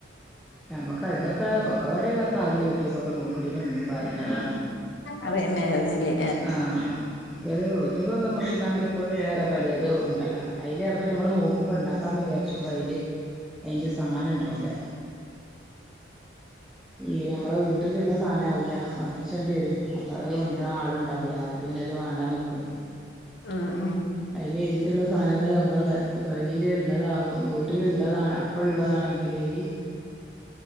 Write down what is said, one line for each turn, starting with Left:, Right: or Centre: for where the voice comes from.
Centre: നമുക്ക് അതൊക്കെ കൊക്കവാടൊക്കെ ആദ്യം യൂട്യൂബ് ഒക്കെ നോക്കീണിൻ്റെ മുമ്പ അറീണതാ
Left: അറീണ ആയിരുന്നില്ലേ
Centre: ആഹ് മറ്റേത് യൂട്യൂബൊക്കെ നോക്കിക്കാണ്ട് ഇപ്പ വേറെ പലേതും ഉണ്ടല്ലോ അയില് അപ്പൊ നമ്മൾ നോക്കുമ്പ ഉണ്ടാക്കാൻ വിചാരിച്ചുമ്പൊ അയില് അയിന്റെ സാധനം ഉണ്ടാവൂല ഈ നമ്മളെ വീട്ടിലുള്ള സാധനം ആവൂല കൊണ്ടരിച്ചണ്ടേരും അപ്പൊ അത് കൊണ്ടുരാൻ ആളുണ്ടാവൂല അപ്പോ പിന്ന അത് വാണ്ടാന്ന് വെക്കും
Left: ആഹ് ആഹ്
Centre: അയില് എഴുതിയിട്ടുള്ള സാധനങ്ങള് നമ്മളെ കയ്യില് ള്ളതാ വീട്ടിലുള്ളതാണ ഇപ്പള്ളതാണെങ്കിലേയ്